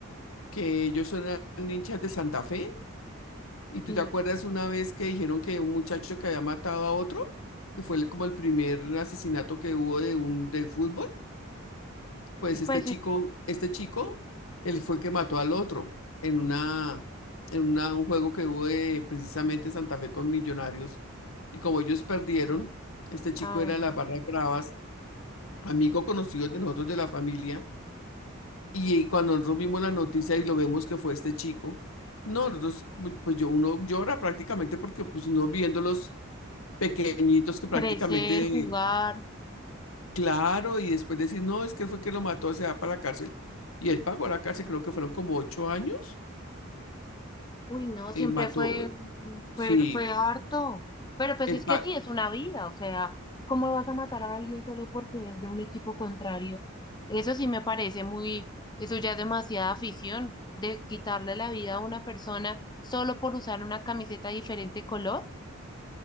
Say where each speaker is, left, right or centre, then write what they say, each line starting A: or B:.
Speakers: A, on the left (about 80°); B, on the left (about 20°).
A: que ellos eran hinchas de Santa Fe. ¿Y tú
B: sí.
A: te acuerdas una vez que dijeron que un muchacho que había matado a otro, que fue el- como el primer asesinato que hubo de un de fútbol? Pues este
B: Pues
A: chico,
B: es-
A: este chico, él fue el que mató al otro en una, en una, un juego que hubo de, precisamente Santa Fe con Millonarios. Y como ellos perdieron, este chico
B: ay,
A: era de la barra de Bravas, amigo conocido de nosotros de la familia. Y eh, cuando nosotros vimos la noticia y lo vemos que fue este chico, no, nosotros, pues yo uno llora prácticamente porque pues uno viendo los pequeñitos que prácticamente
B: crecer, jugar,
A: Claro, y después decir, no, es que fue que lo mató, se va para la cárcel. Y él pagó la cárcel, creo que fueron como ocho años.
B: Uy, no,
A: eh,
B: siempre
A: mató,
B: fue,
A: eh, sí,
B: fue, fue harto. Pero pues
A: él
B: es
A: pa-
B: que sí, es una vida. O sea, ¿cómo vas a matar a alguien solo porque es de un equipo contrario? Eso sí me parece muy, eso ya es demasiada afición, de quitarle la vida a una persona solo por usar una camiseta de diferente color.